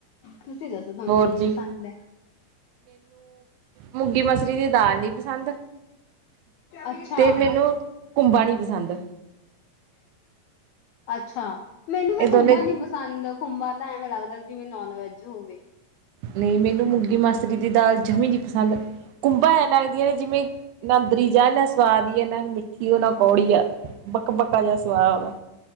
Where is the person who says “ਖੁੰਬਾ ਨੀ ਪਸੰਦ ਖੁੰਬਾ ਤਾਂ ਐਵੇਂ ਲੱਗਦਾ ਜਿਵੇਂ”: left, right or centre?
Left